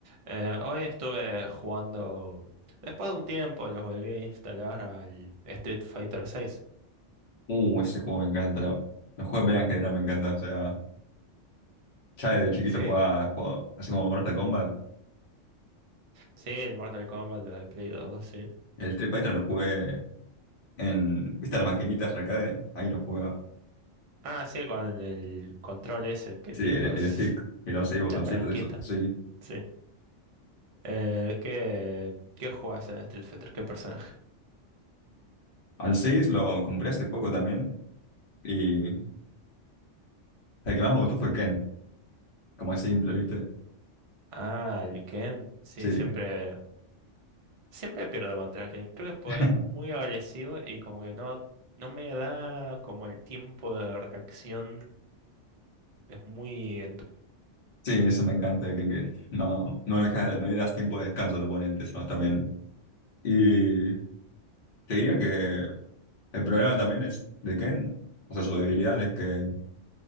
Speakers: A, on the right; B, on the left.
A: Eh, hoy estuve jugando, después de un tiempo, los volví a instalar al Street Fighter seis
B: Uh, ese juego me encanta. lo- Los juegos de pelea en general me encantan. O sea, ya desde chiquito
A: ¿Sí?
B: jugaba, jugaba- así como Mortal Kombat.
A: Sí, el Mortal Kombat, los de Play 2 sí.
B: El Street Fighter lo jugué en, ¿viste las maquinitas arcade? Ahí lo jugaba.
A: Ah, sí, con el control ese que
B: Sí,
A: tiene
B: el,
A: los,
B: el stick y los seis botoncitos,
A: la palanquita,
B: eso. Sí.
A: sí. Eh, ¿qué, qué jugás en Street Fighter? ¿Qué personaje?
B: Al 6 lo compré hace poco también. Y el que más me gustó fue Ken. Como es simple, ¿viste?
A: Ah, el Ken, sí,
B: Sí.
A: siempre, siempre pierdo contra Ken. Creo que pues,
B: <laughs>
A: es muy agresivo y como que no, no me da como el tiempo de reacción, es muy
B: Sí, eso me encanta de Ken, que no, no, deja, no le das tiempo de descanso al oponente, eso también. Y te diría que. El problema también es de Ken, o sea, su debilidad es que